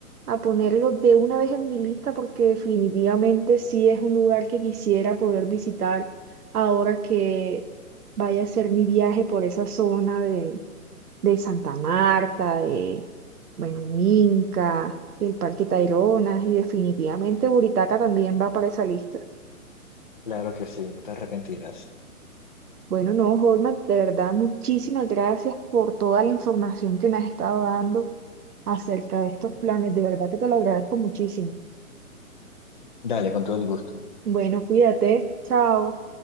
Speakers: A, on the right; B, on the left.
A: a ponerlo de una vez en mi lista porque definitivamente sí es un lugar que quisiera poder visitar ahora que vaya a ser mi viaje por esa zona de, de Santa Marta, de, bueno, Minca, el Parque Taironas y definitivamente Buritaca también va para esa lista.
B: Claro que sí, no te arrepentirás.
A: Bueno, no, Holman, de verdad, muchísimas gracias por toda la información que me has estado dando acerca de estos planes. De verdad que te lo agradezco muchísimo.
B: Dale, con todo el gusto.
A: Bueno, cuídate. Chao.